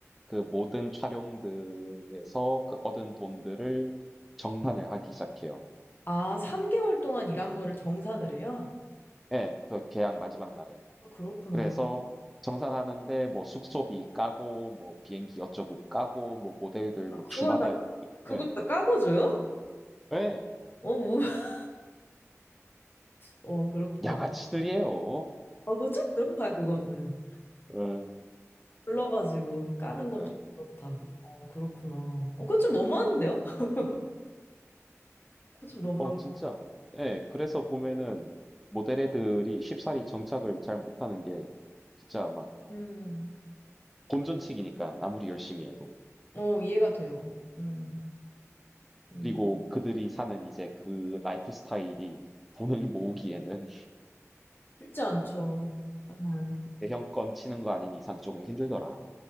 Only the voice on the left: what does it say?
아, 3개월 동안 일한 거를 정산을 해요?
아 그렇구나.
그걸 다 그걸
다 까고 줘요?
어, 뭐. <laughs> 어, 그렇구나.
어, 그거 좀 그렇다 그거는.
불러가지고 까는 건
좀 그렇다.
어, 그렇구나. 어, 그건 좀 너무한데요? <laughs> 그건 좀 너무한.
음,
어, 이해가 돼요. 음, 음.
쉽지 않죠. 음.